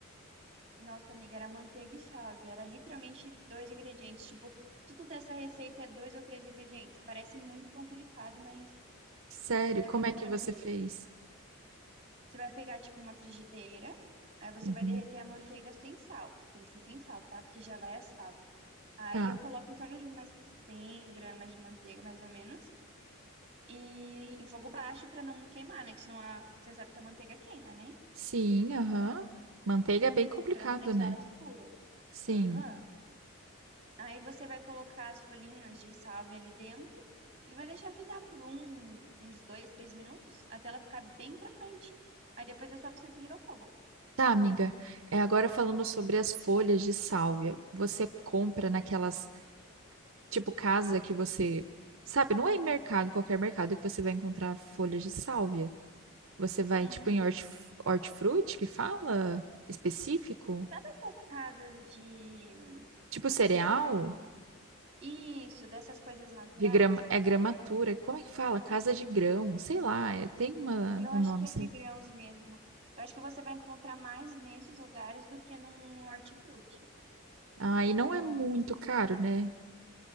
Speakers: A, on the right; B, on the right.
A: Nossa, amiga, era manteiga e salve, era literalmente dois ingredientes, tipo, tudo dessa receita é dois ou três ingredientes. Parece muito complicado, mas
B: Sério, como
A: é muito
B: é que
A: tranquilo.
B: você fez?
A: Você vai pegar, tipo, uma frigideira, aí você
B: Uhum.
A: vai derreter a manteiga sem sal. Tem que ser sem sal, tá? Porque já vai a salve. Aí
B: Tá.
A: eu coloco em torno de umas 100 gramas de manteiga, mais ou menos. e em fogo baixo pra não queimar, né? Que senão a, você sabe que a manteiga queima, né?
B: Sim, aham. Manteiga é bem complicado,
A: Pra não deixar
B: né?
A: ela escura.
B: Sim.
A: Aham. Aí você vai colocar as folhinhas de salvia ali dentro e vai deixar fritar por um- uns dois, três minutos até ela ficar bem crocante. Aí depois é só você desligar o fogo.
B: Tá, amiga. É agora falando sobre as folhas de sálvia. Você compra naquelas, tipo, casa que você, sabe, não é em mercado, qualquer mercado que você vai encontrar folhas de sálvia. Você vai
A: Uhum.
B: tipo em horti- hortifruti que fala específico?
A: Sabe essas casas de.
B: Tipo cereal?
A: Ai, qual que é o nome? Isso, dessas coisas naturais?
B: De grama, é gramatura. Como é que fala? Casa de grão. Sei lá, é- tem uma,
A: Eu
B: um
A: acho
B: nome
A: que é
B: certo.
A: de grãos mesmo. Eu acho que você vai encontrar mais nesses lugares do que num hortifruti.
B: Ah, e não é muito caro, né?